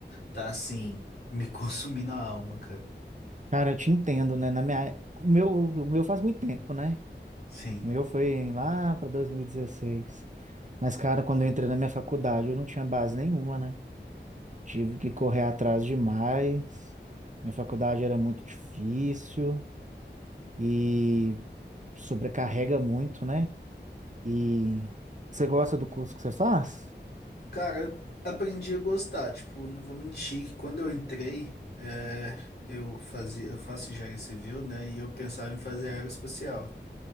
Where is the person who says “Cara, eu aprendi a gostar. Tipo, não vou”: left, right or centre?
Left